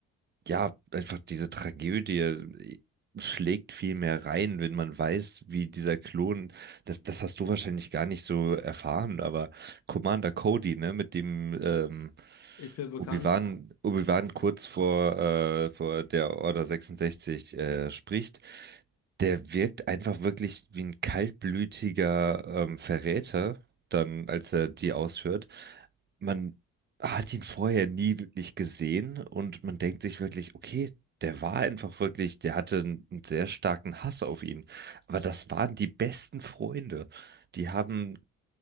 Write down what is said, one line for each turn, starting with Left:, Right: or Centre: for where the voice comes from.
Right: ja, einfach diese Tragödie äh, schlägt viel mehr rein, wenn man weiß, wie dieser Klon, das, das hast du wahrscheinlich gar nicht so erfahren, aber Commander Cody, ne, mit dem ähm,
Left: ist mir bekannt.
Right: Obi-Wan, Obi-Wan kurz vor, äh, vor der Order 66 äh, spricht, der wirkt einfach wirklich wie ein kaltblütiger ähm, Verräter, dann, als er die ausführt. Man Ah, hat ihn vorher nie wirklich gesehen und man denkt sich wirklich, okay, der war einfach wirklich, der hatte einen sehr starken Hass auf ihn. Aber das waren die besten Freunde. Die haben,